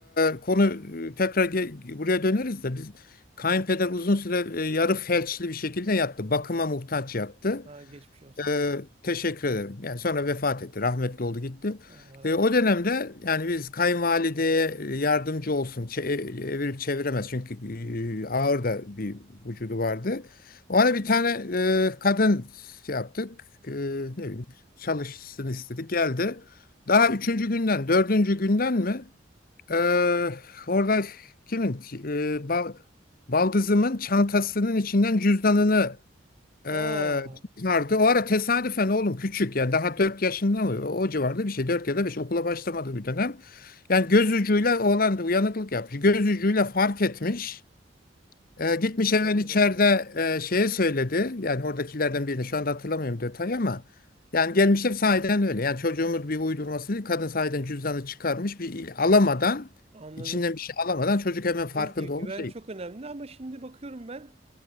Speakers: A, on the left; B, on the right.
A: e, konu e, tekrar ge- buraya döneriz de biz kayınpeder uzun süre e, yarı felçli bir şekilde yattı. Bakıma muhtaç yattı.
B: Aa, geçmiş olsun.
A: Ee, teşekkür ederim. Yani sonra vefat etti. Rahmetli oldu gitti.
B: Ha, Allah rahmet
A: Ee, o
B: eylesin.
A: dönemde yani biz kayınvalideye yardımcı olsun. çe- Evirip çeviremez. Çünkü e, ağır da bir vücudu vardı. Ona bir tane e, kadın şey yaptık. E, ne bileyim çalışsın istedik. Geldi. Daha üçüncü günden, dördüncü günden mi? e, orada kimin? E, bal, baldızımın çantasının içinden cüzdanını ee,
B: Aa,
A: çıkardı. O ara tesadüfen oğlum küçük yani daha 4 yaşında mı o civarda bir şey 4 ya da beş okula başlamadı bir dönem. Yani göz ucuyla oğlan da uyanıklık yapmış. Göz ucuyla fark etmiş. Ee, gitmiş
B: çok
A: hemen
B: enteresan.
A: içeride e, şeye söyledi. Yani oradakilerden birine şu anda hatırlamıyorum detayı ama yani gelmişler sahiden öyle. Yani çocuğumuz bir uydurması değil. Kadın sahiden cüzdanı çıkarmış. Bir il- alamadan
B: Anladım.
A: içinden bir şey alamadan çocuk hemen farkında
B: Dediğiniz gibi güven
A: olmuş. Şey.
B: çok önemli ama şimdi bakıyorum ben